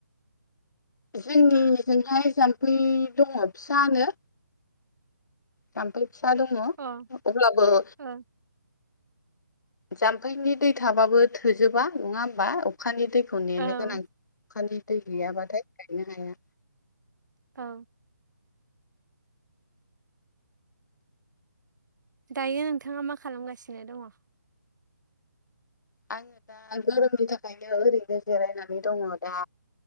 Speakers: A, on the left; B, on the right.
A: जोंनिजोंहाय जाम्फै दङ फिसानो। जाम्फै फिसा दङ अब्लाबो
B: अ ओ औ
A: जाम्फैनि दै थाबाबो थोजोबा नङा होमबा? अखानि दैखौ नेनो
B: औ
A: गोनां अखानि दै गैयाबाथाय गायनो हाया।
B: औ दायो नोंथाङा मा खालामगासिनो दङ?
A: आङो दा गोरोमनि थाखायनो ओरैनो जिरायनानै दङ दा।